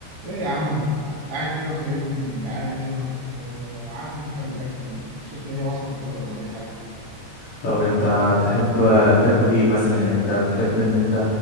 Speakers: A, on the right (about 50°); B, on the left (about 40°).
A: ايه يا عم قاعد كده وسايبني جعان كده ما مت... عارف انت تحب الاكل ما تشوف لي اي وصفه كده ولا اي حاجه
B: طب انت تحب تاكل ايه مثلا يعني انت بتحب ان انت